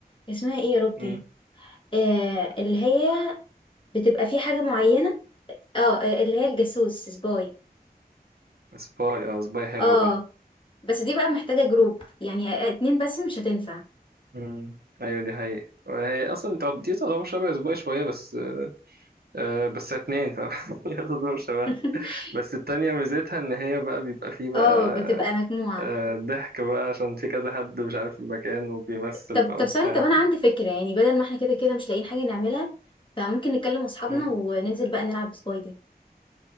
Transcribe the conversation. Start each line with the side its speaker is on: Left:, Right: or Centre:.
Left: اسمها ايه يا ربي
Right: مم.
Left: آه اللي هي بتبقى في حاجة معينة اه آه، اللي هي الجاسوس سباي
Right: سباي اه سباي حلوة
Left: اه
Right: برضو
Left: بس دي بقى محتاجة جروب يعني اتنين بس مش هتنفع
Right: مم. ايوه دي حقيقة وهي اصلا تعت- دي تعتبر شبه سباي شوية بس آه بس اتنين فاهم <laughs> هي تعتبر شبه
Left: <laughs>
Right: بس التانية ميزتها ان هي بقى بيبقى فيه بقى
Left: اه بتبقى مجموعة
Right: آه ضحك بقى عشان في كذا حد مش عارف المكان وبيمثل
Left: طب
Right: بقى
Left: طب
Right: وبتاع
Left: ثانية طب أنا عندي فكرة يعني بدل ما احنا كده كده مش لاقيين حاجة نعملها فممكن نكلم أصحابنا
Right: مم.
Left: وننزل بقى نلعب بسبايدي